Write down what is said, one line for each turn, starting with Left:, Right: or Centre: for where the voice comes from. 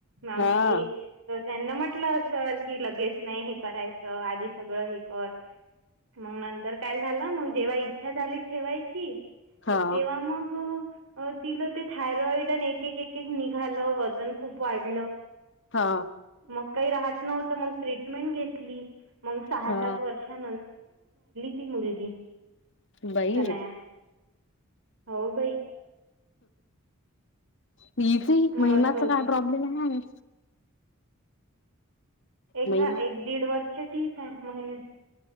Right: मावशीशी
Left: हा
Right: त्यांना म्हटलं असेल की लगेच नाही हे करायचं आधी सगळ हे कर मग नंतर काय झालं मग जेव्हा इच्छा झाली ठेवायची
Left: हा
Right: तेव्हा मग ति ते थायरॉड निघालं वन खूप वाढ
Left: हा
Right: मग काही मे घ स सात
Left: हा
Right: वर्ष झा ती मुलगी
Left: बाई
Right: शनाया हो भाई
Left: मच
Right: मग
Left: महिन्याचा
Right: असं होते
Left: काय प्रॉब्लेम आहे
Right: एखा
Left: महिमा
Right: एक दीड वर्ष ठीक आहे म्ह